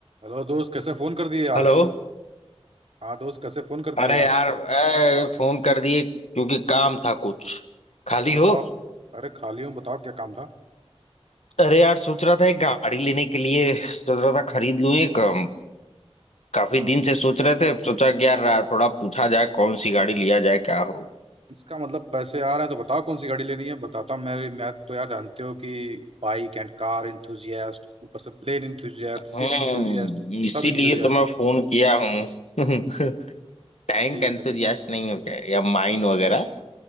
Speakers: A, on the right; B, on the left.
A: Hello दोस्त कैसे phone कर दिए
B: हेलो
A: आज हाँ दोस्त कैसे फोन कर
B: अरे
A: दिए
B: यार
A: आज
B: ए, फोन कर दिए क्योंकि काम था कुछ खाली
A: अरे बताओ
B: हो
A: अरे खाली हूँ बताओ क्या काम था
B: अरे यार सोच रहा था एक गाड़ी लेने के लिए सोच रहा था खरीद लूं एक अम, काफी
A: तो
B: दिन से सोच रहे थे सोचा कि यार आ, थोड़ा पूछा जाए कौन सी गाड़ी लिया जाए क्या हो
A: इसका मतलब पैसे आ रहे हैं तो बताओ कौन सी गाड़ी लेनी है बताता हूँ मेरी मैं तो यार जानते हो कि बाइक एंड कार इंथुजियास्ट ऊपर से प्लेन इंथुजियास्ट
B: हम्म
A: शिप इंथुजियास्ट
B: इसीलिए
A: सब इंथुजियास्ट
B: तो मैं
A: हूँ
B: फोन किया हूँ <laughs> टैंक
A: ठीक
B: एंथुजियास्ट
A: है ठीक
B: नहीं हो क्या या माइन
A: है।
B: वगैरह